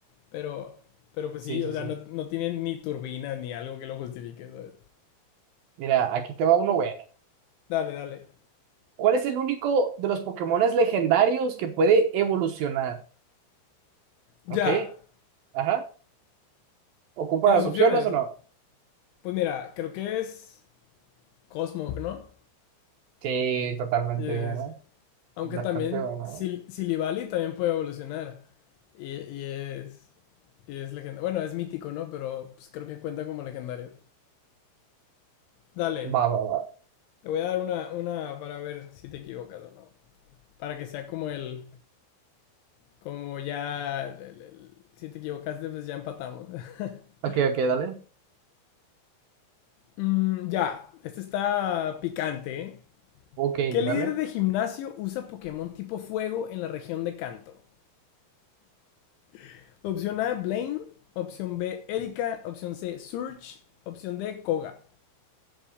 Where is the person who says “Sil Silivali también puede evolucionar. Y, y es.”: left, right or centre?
Left